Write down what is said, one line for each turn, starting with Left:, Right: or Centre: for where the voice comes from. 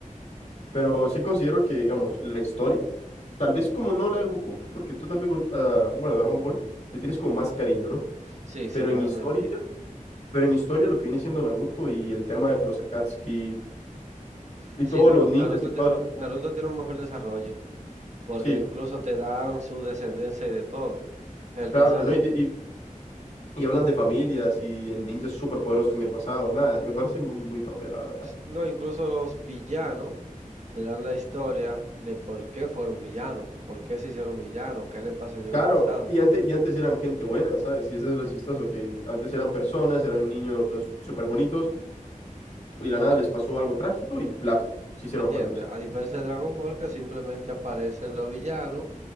Left: Pero sí considero que, digamos, la historia, tal vez como no la de Goku, porque tú tal vez, ah, bueno, Dragon Ball, le tienes como más cariño, ¿no?
Right: Sí, sí,
Left: Pero
Right: realmente.
Left: en historia, pero en historia lo que viene siendo Naruto y el tema de los Akatsuki y
Right: Sí,
Left: todos
Right: Naru-
Left: los ninjas
Right: Naruto
Left: y todas
Right: tiene, un-
Left: las...
Right: Naruto tiene un mejor desarrollo, porque
Left: Sí,
Right: incluso te dan su descendencia y de todo. En el
Left: claro,
Right: caso
Left: ¿no?
Right: de,
Left: Y, Y hablan de familias y de ninjas superpoderosos en el pasado. Nada, me parece muy, muy tope, la verdad.
Right: no, incluso los villanos te dan la historia de por qué fueron villanos, por qué se hicieron villanos, qué le pasó yo en
Left: Claro,
Right: el pasado.
Left: y antes, y antes eran gente buena, ¿sabes? Y eso es lo chistoso, que antes eran personas, eran niños súper bonitos, y de la nada les pasó algo trágico y plap, se hicieron
Right: ¿Me entiendes?
Left: malos.
Right: A diferencia de Dragon Ball, que simplemente aparecen los villanos